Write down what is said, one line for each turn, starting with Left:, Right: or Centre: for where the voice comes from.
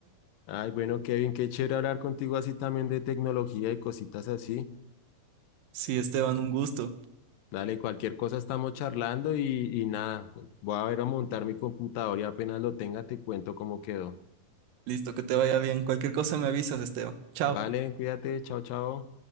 Left: Ay, bueno, Kevin, qué chévere hablar contigo así también de tecnología y cositas así.
Right: Sí, Esteban, un gusto.
Left: Dale, cualquier cosa estamos charlando y, y nada, voy a ver a montar mi computador y apenas lo tenga te cuento cómo quedó.
Right: Listo, que te vaya bien. Cualquier cosa me avisas, Esteban. Chao.
Left: Vale, cuídate, chao, chao.